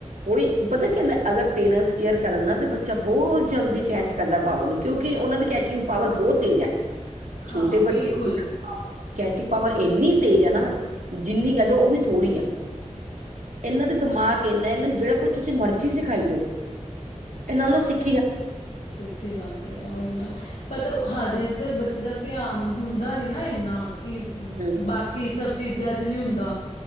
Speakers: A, on the right (about 85°); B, on the left (about 80°).
A: ਉਹੀ ਪਤਾ ਕੀ ਹੁੰਦਾ, ਅਗਰ ਪੇਰੈਂਟਸ ਕੇਅਰ ਕਰਨ ਨਾ ਤੇ ਬੱਚਾ ਬਹੁਤ ਜਲਦੀ ਕੈਚ ਕਰਦਾ ਪਾਵਰ ਨੂੰ ਕਿਉਂਕਿ ਉਹਨਾਂ ਦੀ, ਕੈਚਿੰਗ ਪਾਵਰ ਬਹੁਤ ਤੇਜ਼ ਹੈ,
B: ਹਾਂ
A: ਛੋਟੇ
B: ਬਿਲਕੁਲ।
A: ਬੱਚੇ ਦੀ ਨਾ ਕੈਂਚੀ, ਪਾਵਰ ਇੰਨੀ ਤੇਜ਼ ਹੈ ਨਾ, ਜਿੰਨੀ ਕਹਿ ਦੋ ਉਹ ਵੀ ਥੋੜ੍ਹੀ ਹੈ। ਇਹਨਾਂ ਦੇ ਦਿਮਾਗ ਇਹਨਾ ਹੈ ਨਾ ਜਿਹੜਾ ਕੁਝ ਤੁਸੀਂ ਮਰਜ਼ੀ ਸਿਖਾਈ ਜਾਓ, ਇਹਨਾਂ ਨੂੰ ਸਿੱਖ
B: ਸਿੱਖ ਈ ਜਾਂਦੇ ਆ, ਉਹੀ ਨਾ ਪਤਾ ਹਜੇ ਤਾਂ, ਬੱਚੇ ਦਾ ਧਿਆਨ ਹੁੰਦਾ ਨੀ, ਨਾ ਇੰਨਾ ਕਿ
A: ਹੂੰ,
B: ਬਾਕੀ, ਸਭ ਚੀਜ਼ਾਂ ਚ ਨਹੀਂ ਹੁੰਦਾ।